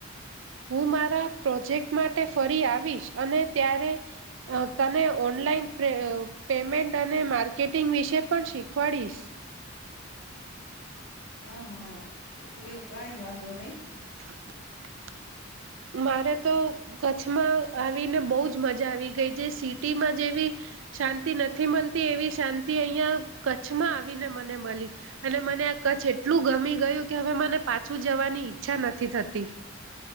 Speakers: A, on the right (about 70°); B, on the left (about 80°).
A: હું મારા પ્રોજેક્ટ માટે ફરી આવીશ અને ત્યારે તને ઓનલાઈન પેમેન્ટ અને માર્કેટિંગ વિશે પણ શીખવાડીશ.
B: હ હા એટલે કઈ વાંધો નહીં
A: <unintelligible> મારે તો કચ્છમાં આવીને બહુ જ મજા આવી ગઈ જે સિટીમાં જેવી શાંતિ નથી મળતી એવી શાંતિ અહિયાં કચ્છમાં આવીને મને મળી અને મને આ કચ્છ એટલું ગમી ગયું કે હવે મને પાછું જવાની ઈચ્છા નથી થતી.